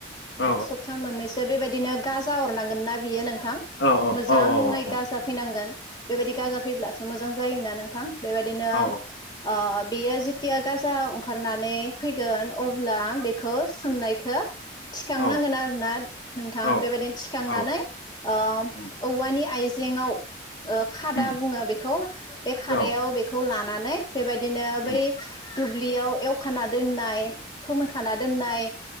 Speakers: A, on the left; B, on the left.
A: औ
B: सप्ता मोननैसो बेबायदि बिदिनो गाजा हरनांगोन ना बियो नों थां
A: औ
B: मोजाङै
A: औ औ औ
B: गाजाफैनांगोन बेबायदि गाजा फैब्लासो मो जां जायोना नोंथां बेबायदिनो
A: औ
B: ओ बियो जेतिया गाजा अंखारनानै फैगोन अब्ला बेखौ सोमनायखो थिखांनांगोन
A: औ
B: आरोना नोंथां
A: औ
B: बेबायदिनो थिखांनानै
A: औ
B: ओ
A: उम
B: औवानि आय जेंङाव ओ खादा
A: उम
B: बुङो बेखौ बे खादायाव
A: औ
B: बेखौ ला नानै बेबायदिनो बै
A: उम
B: दुब दुब्लियाव एवखाना दोननाय फोमोनखाना दोननाय